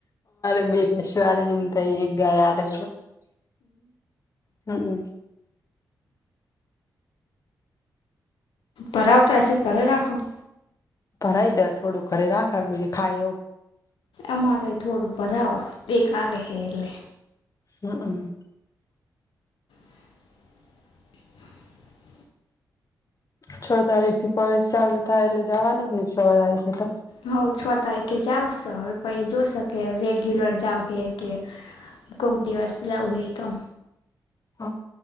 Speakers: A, on the left; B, on the left.
A: બેશવાર હિન ત એક ગયા રહે હમ
B: પરાવ તો એસ કરે રાખો.
A: ભરાઈ દે થોડું ઘરે રાખવાનું ખાય એવું.
B: એમાંરે થોડું બરાવા બે કલે છેે, એટલે.
A: હમ્મ.
B: <inaudible>
A: છ તારીખ થી કોલેજ ચાલુ થાય એટલે જવાનું જ નહ છ તારીખે તો?
B: હ છ તારીખે જાવ છો પ એ જોશે કે રેગ્યુલર જાવ એ કે કોક દિવસ જવું હેએતો
A: હ